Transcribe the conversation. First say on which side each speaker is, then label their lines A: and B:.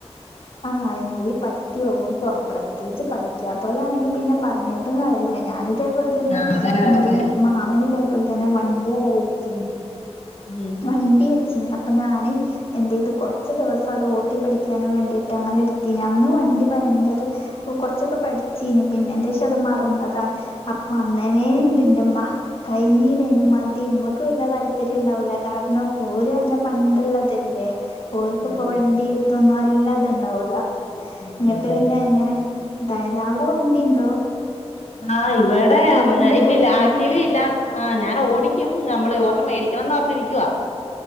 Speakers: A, on the left; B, on the left.
A: ആ എന്തേ പറ്റോ വികോ പ്രത്യേകിച്ച് പഠിക്കാ ത്തോലാണെങ്കി പിന്നെ പറഞ്ഞിട്ടും കാര്യല്ല ഞാന് ഇതേപോലെ തന്നെ
B: ആഹ് അതറിയ
A: ഇന്റെ
B: അതതെ
A: മാമന് ഇതേ പോലെ തന്നെ വണ്ടിയവിടെ വെച്ചീനു.
B: ഉം
A: വണ്ടി വെച്ചീനെ അപ്പം ഞാന് എന്തെയ്തു കൊറച്ച് ദിവസം അത് ഓട്ടി പഠിക്കാനും വേണ്ടിട്ട് അങ്ങനെ എടുത്തീന് അന്ന് വണ്ടി ഭ യങ്കര ഇപ്പോ കൊറച്ചൊക്കെ പഠി ച്ചീനു പിന്നെന്റെഷം അത് മറന്നതാണ്. അപ്പോ അന്നനെണ്ട് ഇന്റെമ്മ കഴിഞ്ഞീലെ ഇനി മതി. മ്മക്ക് വല്യ താല്പര്യംണ്ടാവൂല്ല. കാരണം ഓര്അർഞ്ഞാ പണ്ട്‌ള്ളതല്ലേ ഓല്ക്ക്പ്പൊ
B: അതെ
A: വണ്ടി തോന്നും അല്ലാത്ണ്ടാവൂല.
B: അതെ
A: ന്ന്ട്ട്
B: അതെ
A: പിന്നെ ഇങ്ങനെ തായത് അവ്ടെ വണ്ടിണ്ടോ
B: ആ. ഇവടെ
A: നിങ്ങൾ വണ്ടിയൊക്കെ
B: ഇല്ലില്ല.
A: ഓട്ടുവോ
B: ആക്റ്റീവേ ഇല്ല ആ ഞാനോടിക്കും നമ്മള് ഓർണ്ണം മേടിക്ക ണം ന്നോർത്തിരിക്കുവ